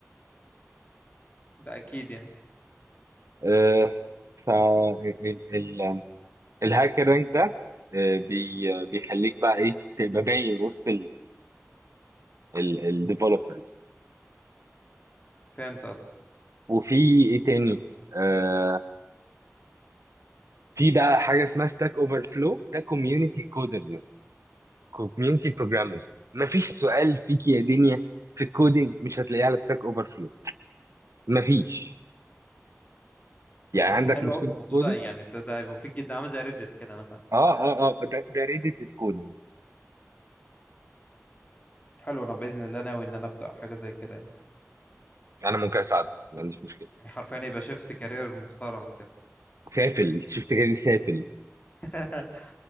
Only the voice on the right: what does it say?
آه ف ال- ال- الهاكر رانك ده آه، بي بيخليك بقى ايه تبقى باين وسط الديفلوبرز
وفي ايه تاني آه في بقى حاجه اسمها ستاك اوفر فلو ده كوميونتي كودرز كوميونتي بروجرامرز مفيش سؤال فيك يا دنيا في الكودينج مش هتلاقيه على ستاك اوفر فلو مفيش يعني
عندك
مشكله
في الكودينج
اه اه اه ده ده ريدت الكودينج
انا ممكن اساعدك ما عنديش مشكله
سافل شفت كده سافل